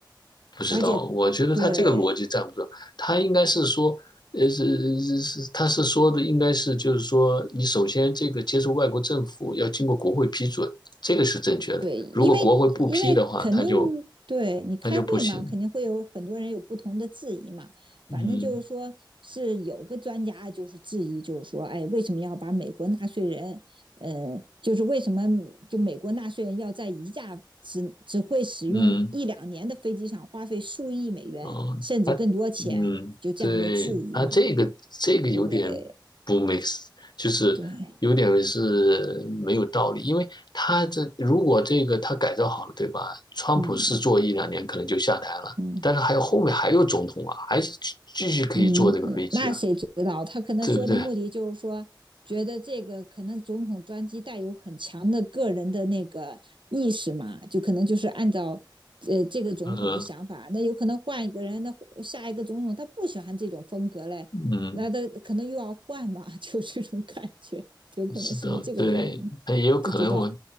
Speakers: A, on the left; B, on the right.
A: 不知道，
B: 而且
A: 我觉得他这个逻辑站不住，
B: 对。
A: 他应该是说，呃，是是是，他是说的应该是就是说，你首先这个接受外国政府要经过国会批准，这个是正确的。
B: 对，
A: 如果国会不批的话，
B: 因为因为肯定
A: 他就
B: 对你开会嘛，
A: 他就不行。
B: 肯定会有很多人有不同的质疑嘛。
A: 嗯
B: 反正就是说是有个专家就是质疑，就是说，哎，为什么要把美国纳税人，呃，就是为什么就美国纳税人要在一架只只会使用一两年的飞机上花费数亿美元甚至更多钱，
A: 嗯，哦，嗯，
B: 就这样的质疑嘛？
A: 对，他这个这个有点
B: 对
A: 不 mix，就是有点是没有道理，
B: 对，
A: 因为他这如果这个他改造好了，对吧？川普是做一两年可能就下台了，
B: 嗯嗯。
A: 但是还有后面还有总统啊，还是继继续可以坐这个飞机啊，
B: 嗯，嗯那谁知道？他可能说的目的就是说，
A: 对不对？
B: 觉得这个可能总统专机带有很强的个人的那个意识嘛，就可能就是按照呃这个总统的想法，
A: 嗯
B: 那有可能换一个人，那下一个总统他不喜欢这种风格嘞，
A: 嗯，
B: 那他可能又要换嘛，<laughs> 就这种感觉，有可能是不是这个原因？
A: 不知道，对，那也有可能我
B: 不知道。